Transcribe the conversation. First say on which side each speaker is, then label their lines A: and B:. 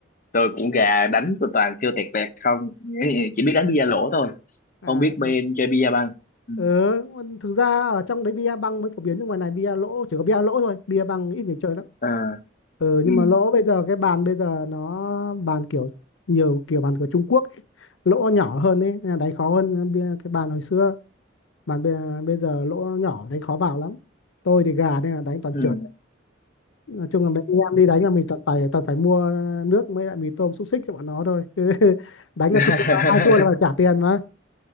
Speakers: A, on the left (about 45°); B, on the left (about 85°).
A: tôi cũng gà đánh tôi toàn kêu tẹt tẹt không chỉ biết đánh bida lỗ thôi
B: à
A: không biết bên chơi bida băng ừ.
B: ừ, thực ra ở trong đấy bia băng mới phổ biến nhưng ngoài này bia lỗ chỉ có bia lỗ thôi bia băng ít người chơi lắm
A: À,
B: ừ, nhưng
A: ừ.
B: mà lỗ bây giờ cái bàn bây giờ nó bàn kiểu nhiều kiểu bàn của Trung Quốc ấy. lỗ nhỏ hơn ấy nên là đánh khó hơn bia cái bàn hồi xưa bàn bây, bây giờ lỗ nhỏ đánh khó vào lắm tôi thì gà nên là đánh toàn
A: Ừ.
B: trượt nói chung là mấy anh em đi đánh là mình toàn phải toàn phải mua nước mới lại mì tôm xúc xích cho bọn nó thôi <laughs> Chứ đánh
A: <laughs>
B: là thua ai thua là phải trả tiền mà